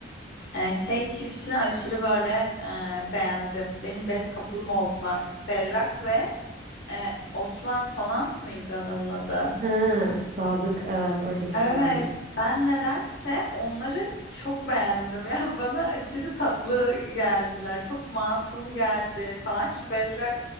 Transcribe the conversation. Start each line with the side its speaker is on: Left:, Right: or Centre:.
Left: Ee, şey çiftini aşırı böyle e, beğendim. Benim best couple'ım oldular. Berrak ve e, Osman Sonant mıydı adamın adı?
Right: Ha, Sadık evet oradaki
Left: Evet,
Right: Sadık.
Left: ben nedense onları çok beğendim. <laughs> Ya bana aşırı tatlı geldiler. Çok masum geldi falan ki Berrak